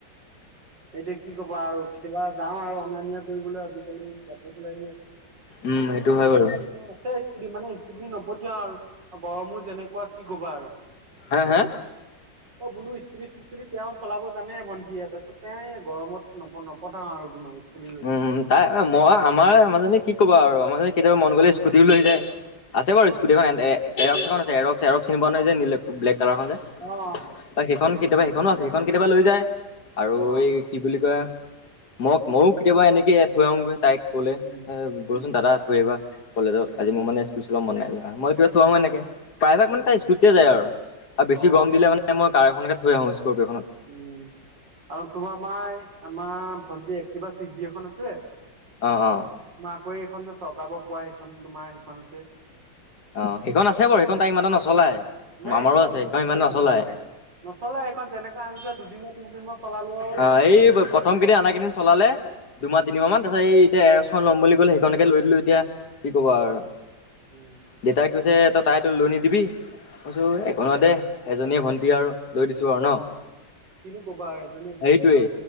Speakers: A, on the right; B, on the left.
A: এইটো কি কবা আৰু কেতেবা যাওঁ আৰু অনা নিয়া কৰিবলৈ আজিকালি যাবতো লাগিব
B: উম সেইটো হয় বাৰু
A: <unintelligible> থেইট স্কুটি মানে স্কুটি নপথিয়াও আৰু গৰমো যেনেকুৱা কি কবা আৰু
B: হে হে
A: অ বোলো স্কুটি চিস্কুটি তেওঁ চলাব জানে ভন টিয়ে তাৰপিছত তেওঁৱে গৰমত নপ -নপঠাও আৰু তোমাৰ স্কুটি লৈ।
B: উম উম তাই মই আমাৰ আমাৰজনী কি কবা আৰু আমাৰজনী কেতিয়াবা মন গলে স্কুটিও লৈ যায় আছে বাৰু
A: উম
B: স্কুটীখন এৰক্সখন আছে এৰক্স এৰক্স চিনি পোৱা নাই যে নি ব্লেক কালাৰখন যে
A: অ
B: তাক সেইখন কেতিয়াবা সেইখনো আছে সেইখন কেতিয়াবা লৈ যায় আৰু
A: অ
B: এই কি বুলি কয় মো ময়ো কেতিয়াবা এনেকে থৈ আহোঙগৈ তাইক কলে
A: উম
B: এ বলচোন
A: উম
B: দাদা থৈ আহিবা কলেজত আজি মানে
A: উম
B: স্কুটি চল মন নাই যোৱা মই কিবা থৈ আহোঁ এনেকে প্ৰায়ভাগ মানে
A: অ
B: তাই স্কুটিতে যায় আৰু বেছি
A: অ
B: গৰম দিলে মানে মই কাৰ খনতে থৈ আহোগে স্কৰপিঅ খনত
A: উম আৰু তোমাৰ আমাই আমাৰ ভন্টি একটিভা চিক্স জি এখন আছে
B: অ অ
A: তোমাৰ আকৌ এইখন যে চৰকাৰ পোৱা সেইখন তোমাৰ সেইখন আছে
B: অ সেইখন আছে বাৰু সেইখন তাক ইমান এটা নচলায়
A: মে
B: আমাৰো
A: এইখনো
B: আছে
A: আমাৰ
B: সেইখন
A: একো
B: ইমান নচলায়
A: নচলাই। নচলাই এইখন যেনেকা আনিছো দুদিন তিনদিন মান চলালো আৰু
B: আহ এই প্ৰথম কেইদিন আনা কেইদিন চলালে দুমাহ
A: উম
B: তিনিমাহ মান তাৰপাছত এই এতিয়া এৰস্ক খন ল'ম বুলি ক'লে সেইখনকে লৈ দিলো এতিয়া কি ক'বা
A: উম
B: আৰু
A: উম
B: দেউতাই কৈছে তই তাইতো লৈ নিদিবি মই কৈছোঁ একো নহয় দে এজনীয়ে ভণ্টি আৰু লৈ দিছো আৰু ন
A: অ কিনো কবা আৰু এজনী ভন্টি
B: সেইটোৱে
A: আৰু